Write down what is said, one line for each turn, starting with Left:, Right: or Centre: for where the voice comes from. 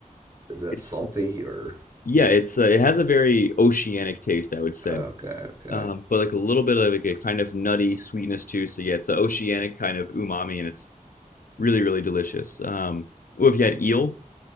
Right: Is that
Left: it's
Right: salty or?
Left: yeah, it's uh, it has a very oceanic taste, I would say,
Right: Okay, okay.
Left: um, but like a little bit of like a kind of nutty sweetness too. So yeah, it's an oceanic kind of umami, and it's really really delicious. Um, well, if you had eel,